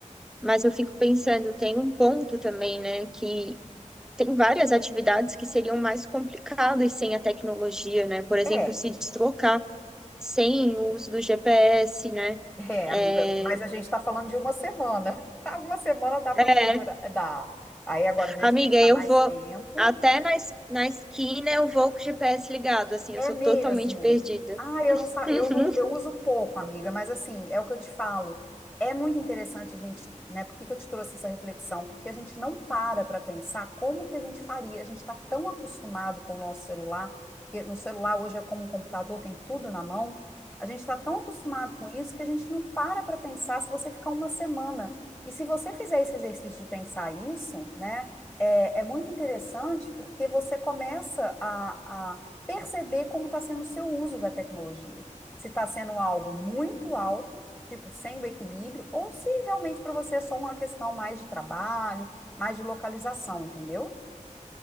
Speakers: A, in the centre; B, on the left.
A: Mas eu fico pensando, tem um ponto também, né, que tem várias atividades que seriam mais complicadas sem a tecnologia, né? Por exemplo,
B: É,
A: se deslocar sem o uso do GPS, né?
B: é,
A: É,
B: amiga, mas a gente está falando de uma semana. <laughs> Uma semana dá
A: é,
B: para figurar, dá. Aí agora, se
A: amiga,
B: a gente pensar
A: eu
B: mais
A: vou
B: tempo.
A: até na, es- na esquina eu vou com o GPS ligado, assim, eu
B: É
A: sou
B: mesmo.
A: totalmente perdida.
B: Ah, eu não, sa-
A: <laughs>
B: eu não, eu uso pouco, amiga, mas assim, é o que eu te falo. É muito interessante a gente, né? Por que que eu te trouxe essa reflexão? Porque a gente não para para pensar como que a gente faria. A gente está tão acostumado com o nosso celular, que no celular hoje é como um computador, tem tudo na mão. A gente está tão acostumado com isso que a gente não para para pensar se você ficar uma semana. E se você fizer esse exercício de pensar isso, né? É, é muito interessante porque você começa a a- perceber como está sendo o seu uso da tecnologia. Se está sendo algo muito alto, tipo, sem o equilíbrio, ou se realmente para você é só uma questão mais de trabalho, mais de localização, entendeu?